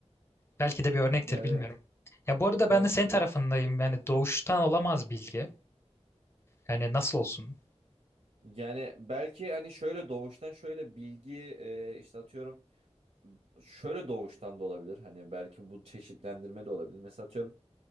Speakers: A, on the left; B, on the right.
A: Belki de bir örnektir
B: Yani
A: bilmiyorum.
B: evet.
A: Ya bu arada
B: Belki
A: ben de senin
B: de
A: tarafındayım.
B: evet.
A: Yani doğuştan olamaz bilgi. Yani nasıl olsun?
B: Yani belki hani şöyle doğuştan şöyle bilgi e, işte atıyorum şöyle doğuştan da olabilir. Hani belki bu çeşitlendirme de olabilir. Mesela atıyorum